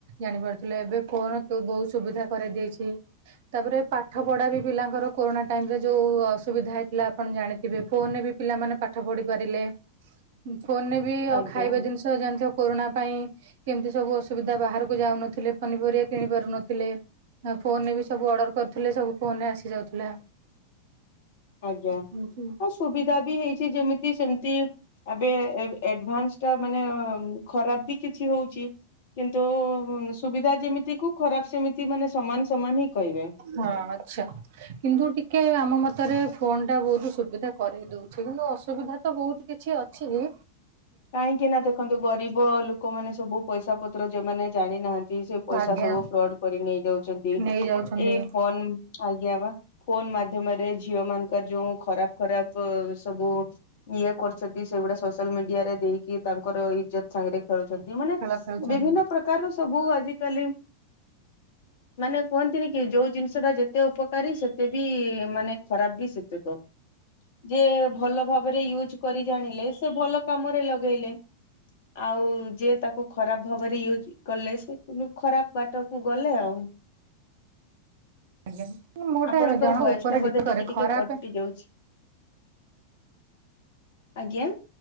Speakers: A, on the right (about 50°); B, on the left (about 55°).
A: ଜାଣିପାରୁଥିଲେ ଏବେ ଫୋନୋ ତ ବୋହୁତ ସୁବିଧା କରେଇ ଦେଇଛି ତାପରେ ପାଠ ପଢା ବି ପିଲାଙ୍କର କୋରୋନା ଟାଇମ୍ ରେ ଯୋଉ ଅସୁବିଧା ହେ ଥିଲା ଆପଣ ଜାଣିଥିବେ। ଫୋନ ରେ ବି ପିଲାମାନେ ପାଠ ପଢି ପାରିଲେ, ଫୋନ ରେ ବି
B: ଆଜ୍ଞା
A: ଖାଇବା ଜିନିଷ ଜାଣିଥିବ କୋରୋନା ପାଇଁ କେମିତି ସବୁ ଅସୁବିଧା ବାହାରକୁ ଯାଉନଥୁଲେ ପନିପରିବା କିଣି ପାରୁନଥିଲେ। ତା ଫୋନ ରେ ବି ସବୁ ଅର୍ଡର କରୁଥିଲେ ସବୁ ଫୋନ ରେ ଆସି ଯାଉଥିଲା।
B: ଆଜ୍ଞା
A: ହଁ
B: ହସ୍ ସୁବିଧା ବି ହେଇଛି ଯେମିତି ସେମିତି ଆବେ ଏବ୍ ଏଡଭାନ୍ସ ଟା ମାନେ ଅଁ ଖରାପ ବି କିଛି ହଉଛି। କିନ୍ତୁ ସୁବିଧା ଯେମିତି କୁ ଖରାପ ସେମିତି ମାନେ ସମାନ ସମାନ ହିଁ କହିବେ।
A: ହଁ ଆଚ୍ଛା କିନ୍ତୁ ଟିକେ ଆ ଆମ ମତରେ ଫୋନ୍ ଟା ବୋହୁତୁ ସୁବିଧା କରେଇ ଦୋଉଛି କିନ୍ତୁ ଅସୁବିଧା ତ ବୋହୁତ କିଛି ଅଛିକି।
B: କାହିଁକି ନା ଦେଖନ୍ତୁ ଗରିବ ଲୋକୋମାନେ ସବୁ ପଇସା ପତ୍ର ଯେମାନେ ଜାଣି ନାହାନ୍ତି ସେ ପଇସା
A: ଆଜ୍ଞା
B: ସବୁ ଫ୍ରଡ କରି ନେଇ ଯାଉଛନ୍ତି
A: ନେଇଯାଉଛନ୍ତି
B: ଏଇ ଫୋ ଆଜ୍ଞା ବା। ଫୋନ ମାଧ୍ୟମରେ ଝିଅ ମାନଙ୍କର ଯୋଉ ଖରାପ- ଖରାପ ସବୁ ଇଏ କରୁଚନ୍ତି ସେଗୁଡା ସୋଶାଲ୍ ମିଡିଆରେ। ଦେଇକି ତାଙ୍କର ଇଜ୍ଜତ ସାଙ୍ଗରେ ଖେଳୁଛନ୍ତି ମାନେ,
A: ଖେଳ ଖେଳୁଛନ୍ତି
B: ବିଭିନ୍ନ ପ୍ରକାରର ସବୁ ଆଜି କାଲି। ମାନେ କୁହନ୍ତିନି କି, ଯୋଉ ଜିନିଷ ଟା ଯେତେ ଉପକାରୀ ସେତେ ବି ମାନେ, ଖରାପ ବି ସେତକ। ଯେ ଭଲ ଭାବରେ ୟୁଜ କରି ଜାଣିଲେ ସେ ଭଲ କାମରେ ଲଗେଇଲେ। ଆଉ ଯିଏ ତାକୁ ଖରାପ ଭାବରେ ୟୁଜ କଲେ ସେ ଖରାପ ବାଟକୁ ଗଲେ ଆଉ। ହଁ।
A: ଆଜ୍ଞା। ମୋଟା
B: ଆପଣଙ୍କର
A: ଜଣ
B: ଭଏସ
A: ଉପରେ
B: ଟା ବୋଧେ
A: ଡିପେ
B: ଟିକେ
A: କରେ
B: ଟିକେ
A: ଖରାପ
B: କଟି ଯାଉଛି ଆଜ୍ଞା।